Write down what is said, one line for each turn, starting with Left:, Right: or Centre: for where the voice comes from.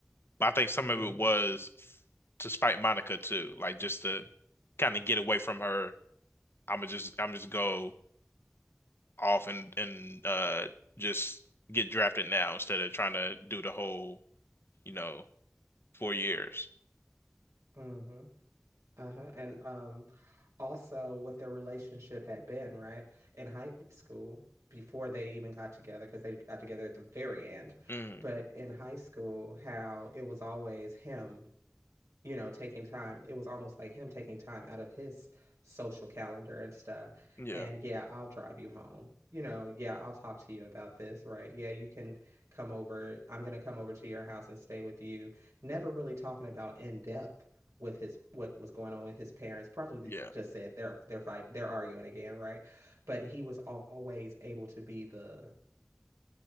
Left: But I think some
Right: Mm-hmm.
Left: of it was f- to spite Monica too, like just to kind of get away from her. I'm gonna just I'm just go off and and uh just get drafted now instead of trying to do the whole, you know, four years.
Right: Mm-hmm. Uh-huh. And um also what their relationship had been, right? In high school before they even got together, because they got together at the very end.
Left: Mm,
Right: But in high school, how it was always him you know, taking time. It was almost like him taking time out of his social calendar and stuff.
Left: yeah,
Right: And yeah, I'll drive you home. You know, yeah, I'll talk to you about this, right? Yeah, you can come over. I'm going to come over to your house and stay with you. Never really talking about in depth with his what was going on with his parents. Probably
Left: yeah,
Right: j- just said they're they're fighting, they're arguing again, right? But he was always able to be the